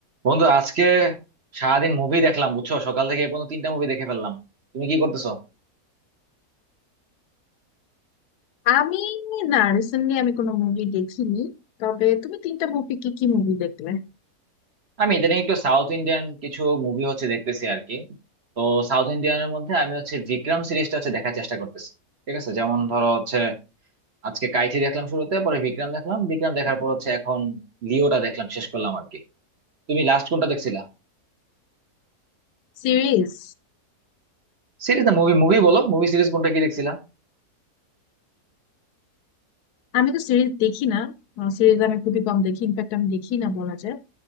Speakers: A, on the right; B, on the left.
A: বন্ধু আজকে সারাদিন মুভি দেখলাম বুঝছো সকাল থেকে এ পর্যন্ত তিনটা মুভি দেখে ফেললাম তুমি কি করতেছো
B: আমি না রিসেন্টলি আমি কোনো মুভি দেখিনি তবে তুমি তিনটা মুভি কি কি মুভি দেখলে
A: আমি ইদানিং একটু সাউথ ইন্ডিয়ান কিছু মুভি হচ্ছে দেখতেছি আর কি তো সাউথ ইন্ডিয়ানের মধ্যে আমি হচ্ছে বিক্রম সিরিজটা হচ্ছে দেখার চেষ্টা করতেছি ঠিক আছে যেমন ধরো হচ্ছে আজকে কাইথি দেখলাম শুরুতে পরে বিক্রম দেখলাম বিক্রম দেখার পর হচ্ছে এখন লিওটা দেখলাম শেষ করলাম আর কি তুমি লাস্ট কোনটা দেখছিলা
B: সিরিজ
A: সিরিজ না মুভি মুভি বলো মুভি সিরিজ কোনটা কি দেখছিলা
B: আমি তো সিরিজ দেখি না সিরিজ আমি খুবই কম দেখি ইনফ্যাক্ট আমি দেখি না বলা যায়